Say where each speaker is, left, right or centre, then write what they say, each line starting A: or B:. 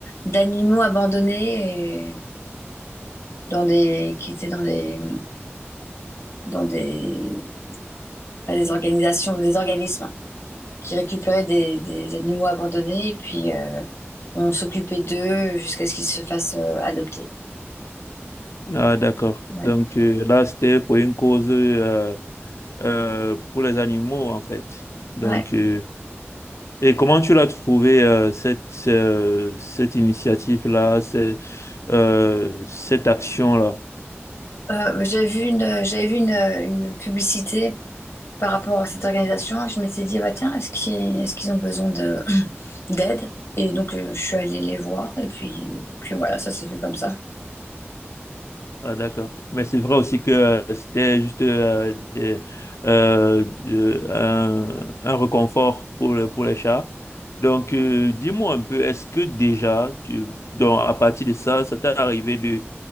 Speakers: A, on the left (about 60°); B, on the left (about 80°).
A: d'animaux abandonnés et dans des qui étaient dans des dans des pas des organisations, des organismes hein. qui récupéraient des, des animaux abandonnés et puis euh, on s'occupait d'eux jusqu'à ce qu'ils se fassent euh, adopter.
B: Ah, d'accord.
A: Ouais.
B: Donc, euh, là, c'était pour une cause euh, euh, pour les animaux en fait. Donc,
A: Ouais.
B: euh, Et comment tu l'as trouvé euh, cette euh, cette initiative-là, cette euh, cette action-là?
A: Euh, j'ai vu une j'avais vu une, une publicité par rapport à cette organisation, je m'étais dit, bah tiens, est-ce qu'ils est-ce qu'ils ont besoin de <clears throat> d'aide? Et donc, euh, je suis allée les voir, et puis, puis voilà, ça s'est fait comme ça.
B: Ah d'accord. Mais c'est vrai aussi que euh, c'était juste euh, euh, euh, euh, un, un réconfort pour le- pour les chats. Donc euh, dis-moi un peu, est-ce que déjà tu donc à partir de ça, ça t'est arrivé de